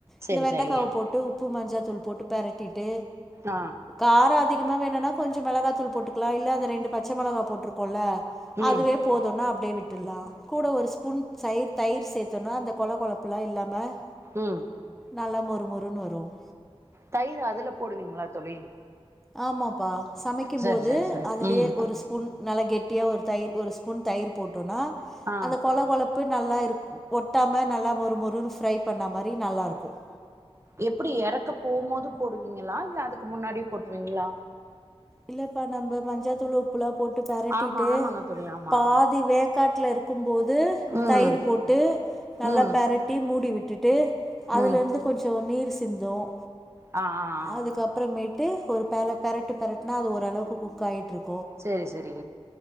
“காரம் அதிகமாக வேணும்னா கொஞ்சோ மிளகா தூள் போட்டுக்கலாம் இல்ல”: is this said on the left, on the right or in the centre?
Centre